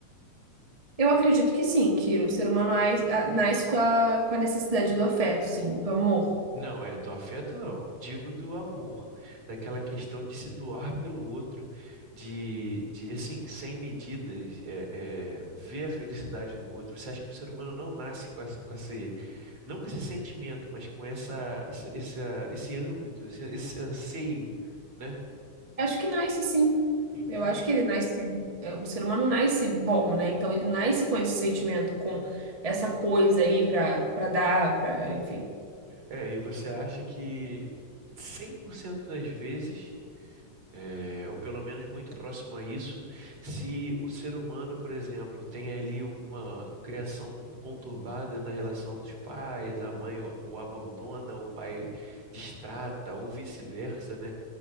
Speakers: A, on the right; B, on the right.
A: Eu acredito que sim, que o ser humano nas- a- nasce com a, com a necessidade do afeto, sim, do amor.
B: Não, é, do afeto não, digo do amor, daquela questão de se doar pelo outro, de, de assim, sem medidas, é, é, ver a felicidade do outro. Você acha que o ser humano não nasce com, essa, com esse, não com esse sentimento, mas com essa, essa, essa- esse âmbito, esse, esse anseio, né?
A: Acho que nasce sim.
B: Então,
A: Eu acho que ele nasce. é, O ser humano nasce bom, né? Então ele nasce com esse sentimento, com essa coisa aí pra, pra dar, pra, enfim.
B: é, e você acha que 100% das vezes é, ou pelo menos muito próximo a isso, se o ser humano, por exemplo, tem ali uma criação conturbada na relação dos pais, a mãe o, o abandona, o pai destrata, ou vice-versa, né?